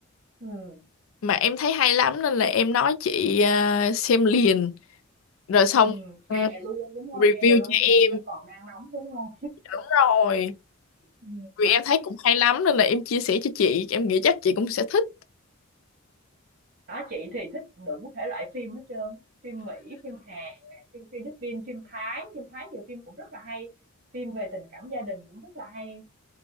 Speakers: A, on the right; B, on the left.
A: Ừ.
B: Mà em thấy hay lắm nên là em nói chị à, xem liền rồi xong
A: Ừ,
B: à,
A: ngay vào luôn đúng không?
B: review
A: Ngay vào luôn
B: cho
A: trong
B: em
A: khi nó còn đang nóng đúng không?
B: Đúng rồi.
A: Ừ.
B: Vì em thấy cũng hay lắm nên là em chia sẻ cho chị, em nghĩ chắc chị cũng sẽ thích.
A: Đó chị thì thích đủ thể loại phim hết trơn. Phim Mỹ, phim Hàn, nè, phim Philippines, phim Thái, phim Thái nhiều phim cũng rất là hay. Phim về tình cảm gia đình cũng rất là hay.